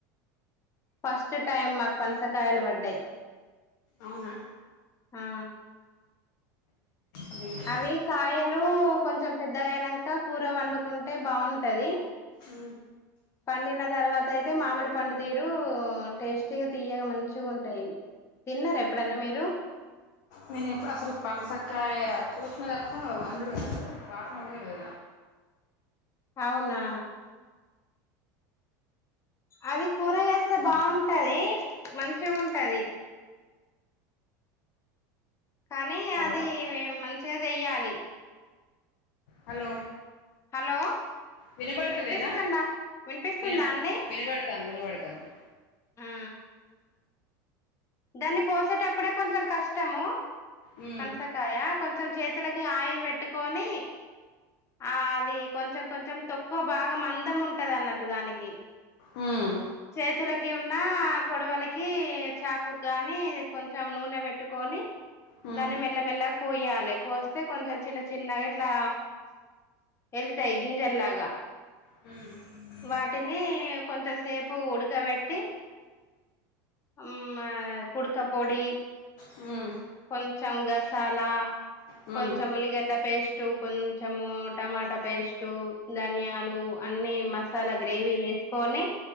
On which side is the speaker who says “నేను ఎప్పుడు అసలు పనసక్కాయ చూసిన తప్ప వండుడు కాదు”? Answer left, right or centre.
Left